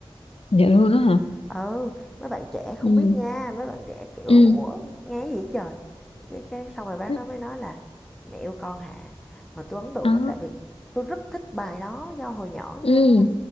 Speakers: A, on the left (about 75°); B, in the centre.
A: vậy luôn đó hả
B: ừ mấy bạn trẻ không
A: ừ
B: biết nha mấy bạn trẻ kiểu
A: ừ
B: ủa nghe gì trời cái, cái xong rồi bác
A: ừ
B: đó mới nói là mẹ yêu con hả mà tôi ấn tượng
A: Đó.
B: lắm tại vì tôi rất thích bài đó do hồi nhỏ
A: ừ
B: nghe